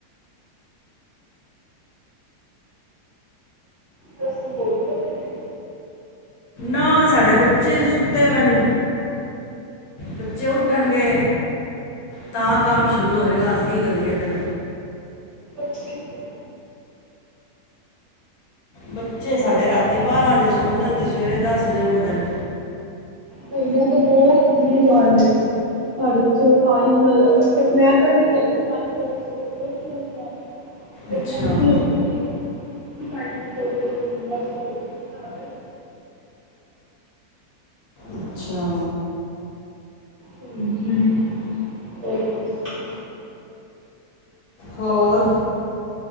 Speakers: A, on the right (about 50°); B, on the left (about 65°).
A: ਤੁਸੀਂ ਹੋ ਗਏ ਓ ਮੇਨ
B: ਹਾਂ ਸਾਡੇ ਬੱਚੇ ਸੁੱਤੇ ਭਏ ਨੇ ਬੱਚੇ ਉੱਠਣਗੇ ਤਾਂ ਕੰਮ ਸ਼ੁਰੂ ਸ਼ੁਰੂ ਹੋਏਗਾ ਕੀ ਕਰੀਏ ਫੇਰ
A: ਬੱਚੇ ਮ
B: ਬੱਚੇ ਸਾਡੇ ਰਾਤੀ ਵਜੇ ਸੌਂਦੇ ਨੇ ਤੇ ਸਵੇਰੇ ਦਸ ਵਜੇ ਉੱਠਦੇ ਨੇ
A: ਨਹੀਂ ਏਹ ਤਾਂ ਬਹੁਤ ਬੁਰੀ ਗੱਲ ਸਾਡੇ ਤੇ ਚਲੋ ਟਾਈਮ ਅੱਜ ਤੱਕ ਮੈਂ ਕਹਿਣੀ ਤਾਂ ਹੈਗੀ ਹ ਫਿਰ
B: ਅੱਛਾ
A: ਮੰਮੀ ਹੁੰਦੀ ਹੈ ਟਾਈਮ ਸੋ ਬਸ ਹ
B: ਅੱਛਾ
A: ਹਾਂਜੀ ਹੋਰ ਦਸੋ
B: ਹੋਰ